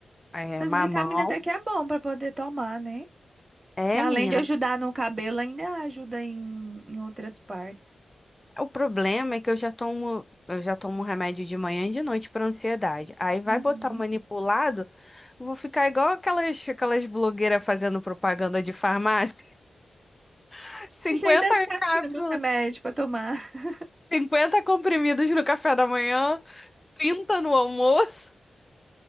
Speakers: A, on the left; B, on the right.
A: é,
B: As
A: mamão.
B: vitaminas até que é bom pra poder tomar, né?
A: É,
B: Que além
A: menina.
B: de ajudar no cabelo, ainda ajuda em, em outras partes.
A: O problema é que eu já tomo, eu já tomo remédio de manhã e de noite para ansiedade. Aí vai
B: Uhum.
A: botar o manipulado, eu vou ficar igual aquelas, aquelas blogueiras fazendo propaganda de farmácia. <laughs> 50
B: Cheio das caixinhas
A: cápsulas,
B: do remédio pra tomar. <laughs>
A: 50 comprimidos no café da manhã, 30 no almoço.